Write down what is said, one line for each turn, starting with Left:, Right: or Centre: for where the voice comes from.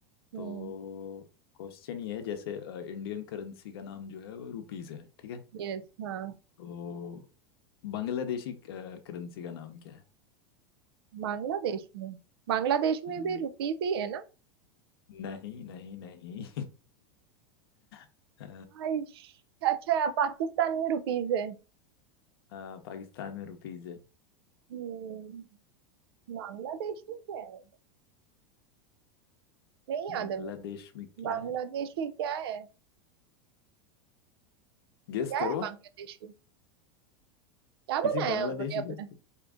Right: हम्म
Left: तो क्वेश्चन ये है जैसे अ, इंडियन करेंसी का नाम जो है वो रुपीस है ठीक है
Right: यस हाँ
Left: तो बांग्लादेशी अ, करेंसी का नाम क्या है
Right: बांग्लादेश में बांग्लादेश में
Left: हम्म,
Right: भी रुपीस ही है
Left: नहीं नहीं नहीं <laughs> अ,
Right: आइश, अच्छा पाकिस्तान में रुपीज है
Left: अ, पाकिस्तान में रुपीस है
Right: हम्म बांग्लादेश में क्या है नहीं याद
Left: बांग्लादेश
Right: है मुझे
Left: में क्या
Right: बांग्लादेशी
Left: है
Right: क्या है
Left: गेस
Right: क्या
Left: करो
Right: है बांग्लादेशी क्या बनाया
Left: किसी बांग्लादेशी
Right: है उन्होंने अपना
Left: को